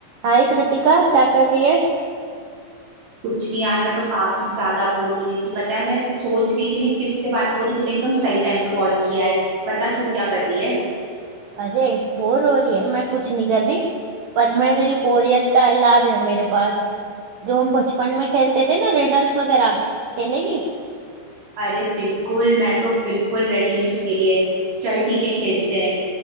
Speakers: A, on the right (about 85°); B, on the right (about 65°).
A: हाय कृतिका क्या कर रही है
B: कुछ नहीं यार मैं तो काफी ज्यादा बोर हो रही थी पता है मैं सोच रही थी मैं किससे बात करूं तूने एकदम सही टाइम पे कॉल किया है बता तू क्या कर रही है
A: अरे बोर हो रही है मैं कुछ नहीं कर रही पर मैं तेरी बोरियत का इलाज है मेरे पास जो हम बचपन में खेलते थे ना रिडल्स वगैरह खेलेगी
B: अरे बिल्कुल मैं तो बिल्कुल रेडी हूँ इसके लिए चल ठीक है खेलते हैं